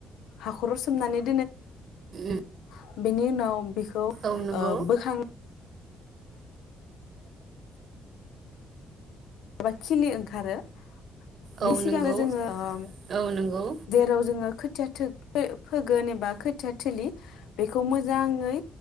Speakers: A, on the left; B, on the right.
A: हाखराव मान <unintelligible>
B: उम
A: <unintelligible> बेनि उनाव बेखौ ओ
B: औ नंगौ
A: बोखां मा खिलि ओंखारो <unintelligible> बि
B: औ
A: सिगांनो
B: नंगौ
A: जोङो ओ
B: औ नंगौ
A: जेराव जोङो या थो फोगोन एबा खोथिया थलि बेखौ मोजाङै